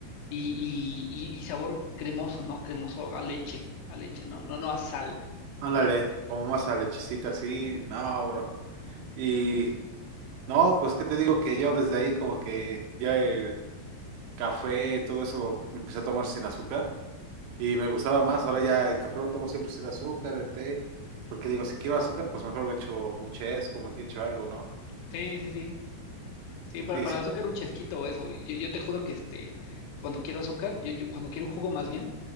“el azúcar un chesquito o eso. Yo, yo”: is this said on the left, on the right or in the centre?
Left